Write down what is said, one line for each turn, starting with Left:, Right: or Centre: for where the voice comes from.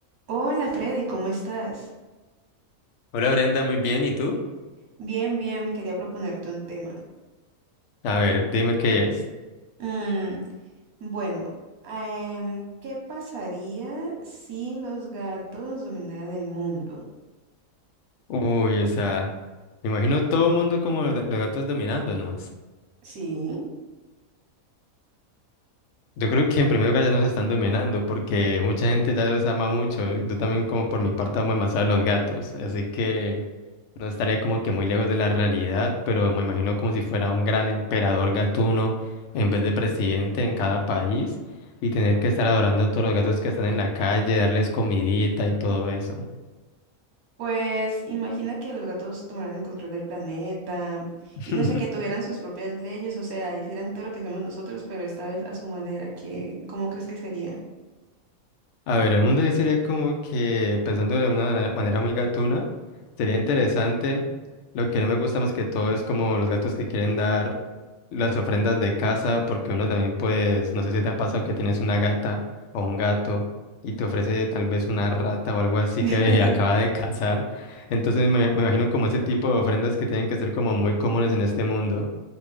Right: Hola Freddy, ¿cómo estás?
Left: Hola Brenda, muy bien. ¿Y tú?
Right: Bien, bien, quería proponerte un tema.
Left: A ver, dime qué es.
Right: Mm, bueno, em, ¿qué pasaría si los gatos dominaran el mundo?
Left: Uy, o sea, me imagino todo el mundo como los, ga- los gatos dominándonos.
Right: Sí,
Left: Yo creo que en primer lugar ya nos están dominando porque mucha gente ya los ama mucho. Yo también como por mi parte amo demasiado a los gatos. Así que no estaría como que muy lejos de la realidad, pero me imagino como si fuera un gran emperador gatuno en vez de presidente en cada país y tener que estar adorando a todos los gatos que están en la calle, darles comidita y todo eso.
Right: pues imagina que los gatos tomaran el control del planeta
Left: <laughs>
Right: y no sé, que tuvieran sus propias leyes, o sea, hicieran todo lo que hacemos nosotros, pero esta vez a su manera, ¿qué, cómo crees que sería?
Left: A ver, el mundo ahí sería como que, pensando de una manera, manera muy gatuna, sería interesante. Lo que no me gusta más que todo es como los gatos que quieren dar las ofrendas de casa, porque uno también, pues, no sé si te ha pasado que tienes una gata o un gato y te ofrece tal vez una rata o algo así
Right: <laughs>
Left: que <laughs> acaba de cazar. Entonces me, me imagino como ese tipo de ofrendas que tienen que ser como muy comunes en este mundo.